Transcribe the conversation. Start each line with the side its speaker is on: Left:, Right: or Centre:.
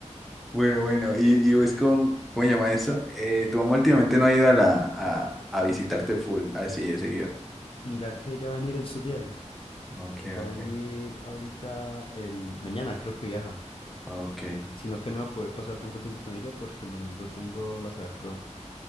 Centre: Bueno, bueno, y, y vos con... ¿Cómo se llama eso? Eh, tu mamá últimamente no ha ido a, la, a, a visitarte full, así de seguido.
Left: Mira que ella va a venir en estos días.
Centre: Ok,
Left: Va
Centre: ok,
Left: a venir ahorita el mañana, creo que viaja.
Centre: ok.
Left: Sino que no va a poder pasar tanto tiempo con ella porque el domingo tengo la Saber Pro.